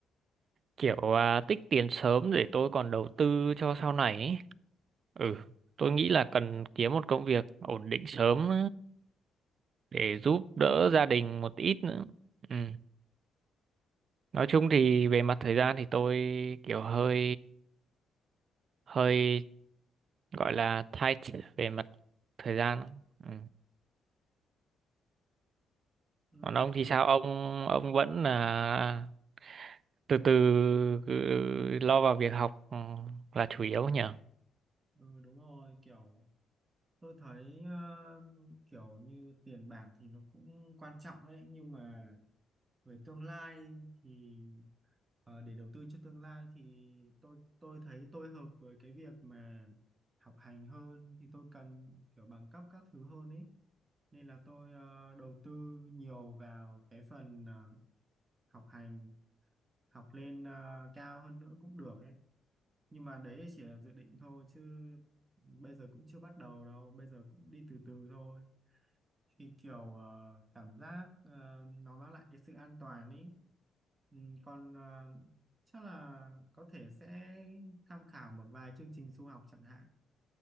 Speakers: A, on the right; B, on the right.
A: kiểu à, tích tiền sớm để tôi còn đầu tư cho sau này ấy. ừ tôi nghĩ là cần kiếm một công việc ổn định sớm để giúp đỡ gia đình một ít nữa ừ. nói chung thì về mặt thời gian thì tôi kiểu hơi hơi gọi là tight về mặt thời gian ừ.
B: ừ,
A: còn ông
B: kiểu,
A: thì sao ông
B: ừ,
A: ông vẫn là từ từ cứ lo vào việc học ừ, là chủ yếu nhỉ
B: ừ, đúng rồi kiểu tôi thấy ờ, kiểu như tiền bạc thì nó cũng quan trọng đấy nhưng mà về tương lai thì ờ, để đầu tư cho tương lai thì tôi tôi thấy tôi hợp với cái việc mà học hành hơn thì tôi cần kiểu bằng cấp các thứ hơn ấy nên là tôi ờ, đầu tư nhiều vào cái phần ờ, học hành học lên ờ, cao hơn nữa cũng được ấy nhưng mà đấy chỉ là dự định thôi chứ bây giờ cũng chưa bắt đầu đâu bây giờ cũng đi từ từ thôi thì kiểu ờ, cảm giác ờ, nó mang lại cái sự an toàn ấy Ừ, còn ờ, chắc là có thể sẽ tham khảo một vài chương trình du học chẳng hạn